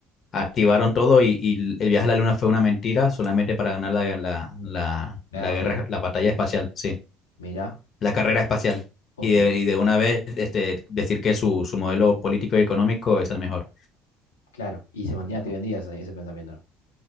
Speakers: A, on the left; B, on the left.
A: activaron todo y, y el viaje a la Luna fue una mentira solamente para ganar la, la, la,
B: la
A: la
B: Guerra
A: guerra,
B: Fría.
A: la batalla espacial, sí,
B: Mirá,
A: la carrera espacial.
B: ok,
A: Y de, y de una vez este, decir que su, su modelo político y económico es el mejor.
B: claro. Y se mantiene te vendida ese, ese pensamiento, ¿no?